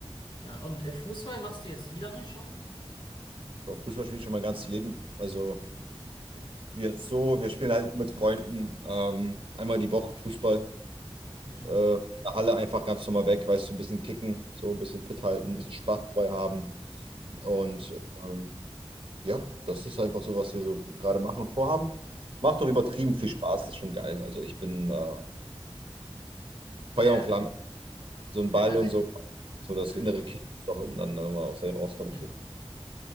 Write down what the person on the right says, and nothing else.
Doch, Fußball spiele ich schon mein ganzes Leben. Also
wir so,
wir spielen halt nur mit Freunden ähm, einmal die Woche Fußball.
Äh, in der Halle einfach ganz normal weg, weißt du, ein bisschen kicken, so ein bisschen fit halten,
ein bisschen Spaß dabei haben. Und
ähm, ja, das ist einfach so, was wir so gerade machen und vorhaben. Macht doch übertrieben
viel Spaß, das ist schon geil. Also ich bin äh,
Feuer und Flamme, so ein
Ball
und so, so das
innere Kind, das auch dann, dann mal aus einem rauskommt.